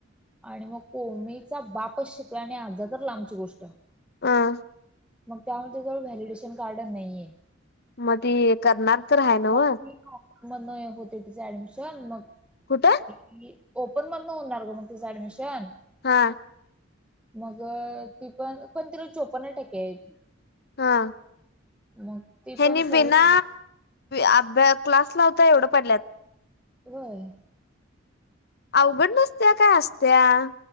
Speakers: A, in the centre; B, on the left.
A: आणि मग कोमीचा बापच शिकला नाही आजा तर लांबची गोष्ट
B: हा
A: मग त्यामुळे तेच्याकडे जवळ व्हॅलिडेशन कार्ड नाहीये
B: मध्ये करणार तर आहे ना
A: मग
B: व
A: ती म होते तिच ऍडमिशन मग
B: कुठं
A: ती ओपन मधन होणार ग मग तुझं ऍडमिशन
B: हा
A: मग ती पण पण ती रोज चोपन्न टक्के आहेत
B: हा
A: मग ती
B: हेनी
A: पण सगळी
B: बीना अभ्या क्लास ला होता एवढं पडल्यात
A: व्हय
B: अवघड नसत्या काय असत्या